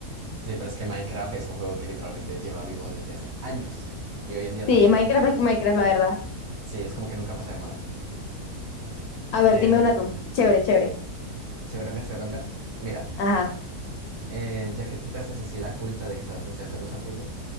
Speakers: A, on the right (about 45°); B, on the left (about 70°).
A: Sí, pero es que Minecraft es un juego que literalmente lleva vivo desde hace años y hoy en día todo
B: Sí,
A: el mundo
B: Minecraft
A: lo juega.
B: es Minecraft, la verdad.
A: Sí, es como que nunca pasa de moda.
B: A ver,
A: Em,
B: dime una tú. Chévere, chévere.
A: Cheveronga, Cheveronga. Mira.
B: Ajá.
A: Eh, ya que tú te haces así la culta de que sabes mucho de juegos antiguos,